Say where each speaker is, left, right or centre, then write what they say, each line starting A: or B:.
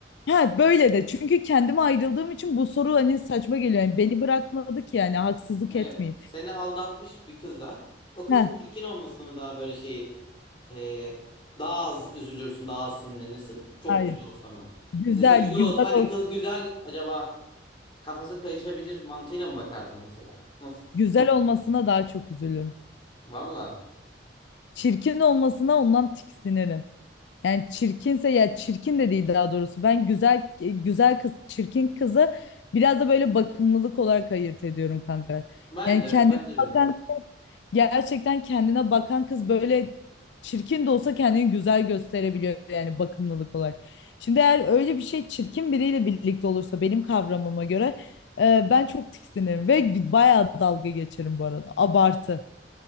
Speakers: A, on the left; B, on the left.
A: ha, böyle de çünkü kendim ayrıldığım için bu soru hani saçma geliyor. Yani beni bırakmadı ki yani haksızlık
B: Evet
A: etmeyeyim.
B: seni aldatmış bir kıza. O kızın
A: Ha,
B: çirkin olmasını mı daha böyle şey e, daha az üzülürsün daha az sinirlenirsin. Çok
A: hayır.
B: güzel olsa mı?
A: Güzel,
B: Mesela güzel
A: güzel
B: olsa hani
A: ol,
B: kız güzel acaba kafası kayışabilir mantığıyla mı bakardın mesela? Nasıl?
A: güzel olmasına daha çok üzülürüm.
B: Valla
A: Çirkin olmasına ondan tiksinirim. Yani çirkinse ya çirkin de değil daha doğrusu. Ben güzel güzel kız, çirkin kızı biraz da böyle bakımlılık olarak ayırt ediyorum kanka.
B: ben
A: Yani
B: de
A: kendine
B: bence de.
A: bakan gerçekten kendine bakan kız böyle çirkin de olsa kendini güzel gösterebiliyor yani bakımlılık olarak. Şimdi eğer öyle bir şey çirkin biriyle birlikte olursa benim kavramıma göre e, ben çok tiksinirim ve bayağı dalga geçerim bu arada. Abartı.